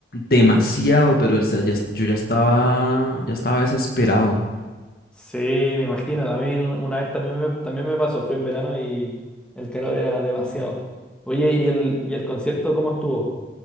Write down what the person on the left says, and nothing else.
Demasiado,
pero ya- ya-
yo ya estaba, ya estaba desesperado.